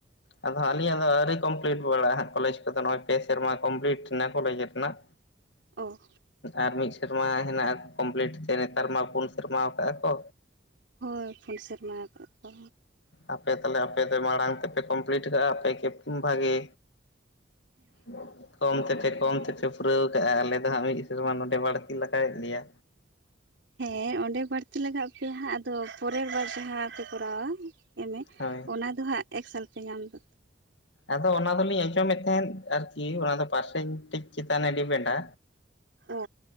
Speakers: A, on the left (about 70°); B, on the right (about 70°).
A: ᱟᱫᱚ ᱟᱹᱞᱤᱧᱟᱜ ᱫᱚ ᱟᱹᱣᱨᱤ ᱢᱚᱢᱯᱞᱤᱴ ᱵᱟᱲᱟᱜ-ᱟ ᱦᱟᱜ ᱠᱚᱞᱮᱡᱽ ᱠᱚᱫᱚ ᱱᱚᱜ ᱚᱭ ᱯᱮ ᱥᱮᱨᱢᱟ ᱠᱚᱢᱯᱞᱤᱴ ᱱᱟ ᱠᱚᱞᱮᱡᱽ ᱨᱮᱱᱟᱜ
B: ᱚ
A: ᱟᱨ ᱢᱤᱫ ᱥᱮᱨᱢᱟ ᱦᱮᱱᱟᱜᱼᱟ ᱠᱚᱢᱯᱞᱤᱴ ᱛᱮ ᱱᱮᱛᱟᱨ ᱢᱟ ᱯᱩᱱ ᱥᱮᱨᱢᱟ ᱟᱠᱟᱜᱼᱟ ᱠᱚ
B: ᱦᱳᱭ ᱯᱳᱱ ᱥᱮᱨᱢᱟ ᱟᱠᱟᱫ ᱠᱚ
A: ᱟᱯᱮ ᱛᱟᱦᱚᱞᱮ ᱟᱯᱮ ᱫᱚ ᱢᱟᱲᱟᱝ ᱛᱮᱯᱮ ᱠᱚᱢᱯᱞᱤᱴ ᱠᱟᱜᱼᱟ ᱟᱯᱮᱜ ᱜᱮ ᱵᱷᱟᱜᱮ ᱦᱮᱸ ᱠᱚᱢ ᱛᱮᱯᱮ ᱠᱚᱢ ᱛᱮᱯᱮ ᱯᱩᱨᱟᱹᱣ ᱠᱟᱜᱼᱟ ᱟᱞᱮ ᱫᱚ ᱦᱟᱸᱜ ᱢᱤᱫ ᱥᱮᱨᱢᱟ ᱱᱚᱸᱰᱮ ᱵᱟᱹᱲᱛᱤ ᱞᱟᱜᱟᱣᱮᱫ ᱞᱮᱭᱟ
B: ᱦᱮᱸ ᱚᱸᱰᱮ ᱵᱟᱹᱲᱛᱤ ᱞᱟᱜᱟᱜ ᱯᱮᱭᱟ ᱦᱟᱸᱜ ᱟᱫᱚ ᱯᱚᱨᱮᱨ ᱵᱟᱨ ᱡᱟᱦᱟᱸ ᱯᱮ ᱠᱚᱨᱟᱣᱟ ᱮᱢ ᱮ
A: ᱦᱳᱭ
B: ᱚᱱᱟ ᱫᱚ ᱦᱟᱸᱜ ᱮᱠ ᱥᱟᱞ ᱯᱮ ᱧᱟᱢ ᱫᱚ
A: ᱟᱫᱚ ᱚᱱᱟ ᱫᱚᱞᱤᱧ ᱟᱸᱡᱚᱢᱮᱫ ᱛᱟᱦᱮᱸᱫ ᱟᱨᱠᱤ ᱚᱱᱟ ᱫᱚ ᱯᱟᱨᱥᱮᱱ ᱴᱮᱪ ᱪᱮᱛᱟᱱᱮ ᱰᱤᱯᱮᱱᱰᱟ
B: ᱚ